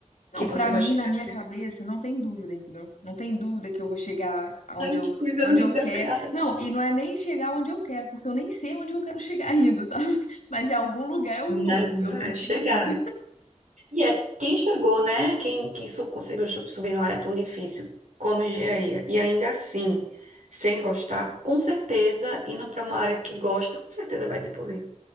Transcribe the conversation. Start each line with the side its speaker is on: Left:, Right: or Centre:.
Left: Não,
Right: Que você
Left: pra
Right: vai
Left: mim,
Right: chegar.
Left: na minha cabeça, não tem dúvida, entendeu? Não tem dúvida que eu vou chegar aonde
Right: Ai,
Left: eu,
Right: que coisa
Left: onde
Right: linda,
Left: eu quero.
Right: cara.
Left: Não, e não é nem chegar onde eu quero, porque eu nem sei onde eu quero chegar ainda, <laughs> sabe? Mas em algum lugar eu
Right: Mas
Left: vou, eu
Right: vai
Left: vou seguindo.
Right: chegar. E é quem chegou, né? Quem, quem su- conseguiu chu- subir numa área tão difícil como engenharia. E ainda assim, sem gostar, com certeza, indo para uma área que gosta, com certeza vai desenvolver.